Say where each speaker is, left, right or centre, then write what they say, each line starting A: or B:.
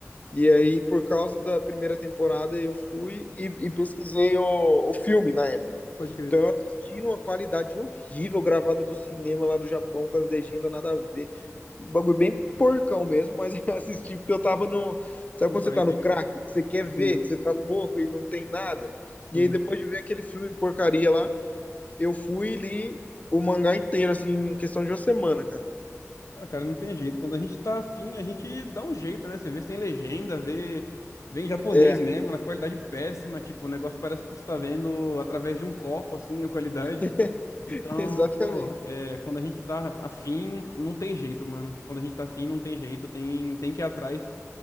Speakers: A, on the left; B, on the left.
A: E aí, por causa da primeira temporada, eu fui e, e pesquisei o, o filme na época.
B: Pode crer,
A: Então, eu assisti numa qualidade horrível, gravada do cinema lá do Japão, com as legendas nada a ver. Um bagulho bem porcão mesmo, mas <laughs> eu assisti porque eu tava no. Sabe
B: no
A: quando
B: hype.
A: você tá no crack, que você quer
B: Sim,
A: ver, que você tá louco e não tem nada?
B: sim.
A: E aí, depois de ver aquele filme porcaria lá, eu fui e li o mangá inteiro, assim, em questão de uma semana, cara.
B: Ah, cara, não tem jeito. Quando a gente tá afim, a gente dá um jeito, né? Você vê sem legenda, vê, vê em japonês
A: É,
B: mesmo, na qualidade péssima. Tipo, o negócio parece que você tá vendo através de um copo, assim, a qualidade.
A: <laughs>
B: Então,
A: exatamente.
B: pô, é, quando a gente tá afim, não tem jeito, mano. Quando a gente tá afim, não tem jeito. Tem, tem que ir atrás